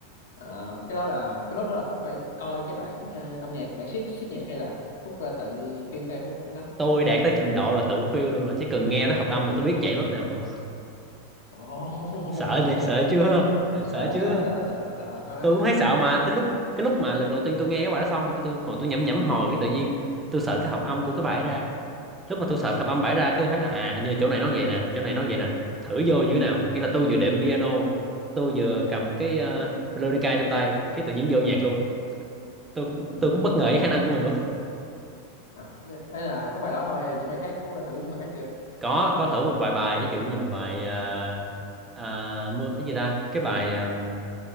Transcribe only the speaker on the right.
tôi đạt tới trình độ là tự phiêu luôn rồi chỉ cần nghe tới hợp âm là tôi biết chạy nốt nào luôn
<laughs> sợ đi sợ
chưa
sợ chưa
tôi cũng thấy sợ mà tới lúc cái lúc mà lần đầu tiên tôi nghe cái bài đó xong cái tôi ngồi tôi nhẩm nhẩm hồi cái tự nhiên tôi sợ cái hợp âm của cái bài ấy ra lúc mà tôi sợ hợp âm bài ra cái tôi thấy là à hình như là chỗ này nó như vậy nè chỗ này nó như vậy nè thử vô như thế nào nghĩa là tôi vừa đệm piano tôi vừa
cầm cái uh, melodica trong tay cái tự nhiên vô nhạc luôn tôi cũng
tôi cũng bất ngờ với khả năng của mình luôn
<laughs> có có thử một vài bài ví dụ như là bài à, à, mưa cái gì ta cái bài um,